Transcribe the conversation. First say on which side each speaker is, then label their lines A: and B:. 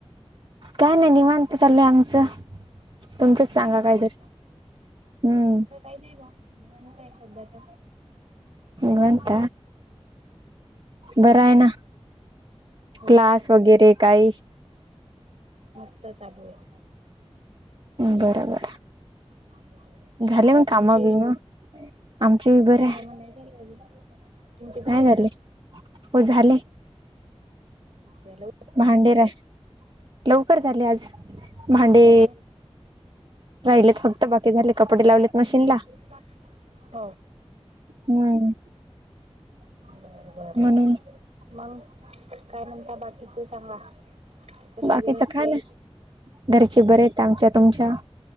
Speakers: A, on the right; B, on the right.
A: काय नाही निवांत चालूय आमचं तुमचच
B: निवांत
A: सांगा काहीतरी
B: आहे का
A: हम्म
B: आमचं काही नाही बा निवांत आहे सध्या तर
A: निवांत बर आहे ना
B: हो
A: क्लास
B: ना
A: वगैरे काही
B: मस्त चालू आहेतेत
A: बरबर
B: चांगले चालू आहे
A: झाले मग
B: तुमचे
A: कामा बिमा आमचे
B: काय
A: बी बरे
B: कामं
A: आहे
B: नाही झाले अजून तुमचे झालेत
A: नाही झाले हो झाले
B: ला
A: भांडेर लवकर झाले आज भांडे
B: हो
A: राहिलेत फक्त बाकी झाले कपडे लावलेत मशीन ला
B: <unintelligible>
A: हम्म
B: बरं बरं
A: म्हण
B: मग काय म्हणता बाकीच सांगा कशा
A: बाकीच
B: आहेत घरचे
A: का ना घरचे बरे आहेत आमच्या तुमच्या